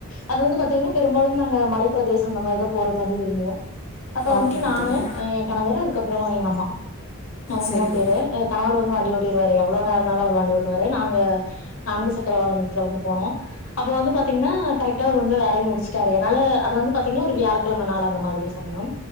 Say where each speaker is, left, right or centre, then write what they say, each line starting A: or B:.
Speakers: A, on the left; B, on the left.
A: அது வந்து பாத்தீங்னே பெரும்பாலு நாங்க மலை ப்ரதேசம் அந்த மாரிதா போற கொஞ்சு விரும்புவோ அப்பா வந்துட்டு
B: ஓகேங்க
A: நானு
B: தோழி.
A: அ என் கணவரு அதுக்கப்றோ எங் அம்மா நவ
B: சரிங்க.
A: மூணு பேரு அ கணவர் வந்து வண்டி ஓட்டிருவாரு எவ்ளோ நேர்னாலு அவர் வண்டி ஓட்டுவாரு நாங்க நான்கு சக்கரவாகனத்துல வந்து போனோ அப்போ வந்து பாத்தீங்னா கரக்டா அவர் வந்து வேலைய முடிச்சிட்டாரு அத்னால அது வந்து பாத்தீங்னா ஒரு வ்யாலக் க்லம நாள் அந்த மாதிரி சம்யம்